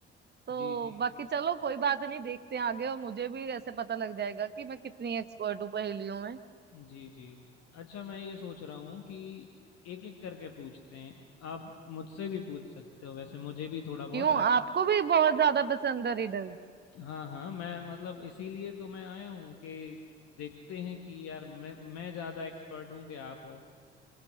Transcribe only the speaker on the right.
तो
बाकी चलो कोई बात नहीं देखते हैं आगे और मुझे भी ऐसे पता लग जाएगा कि मैं कितनी एक्सपर्ट हूँ पहेलियों में
क्यों
आपको भी बहुत ज्यादा पसंद है रिडल्स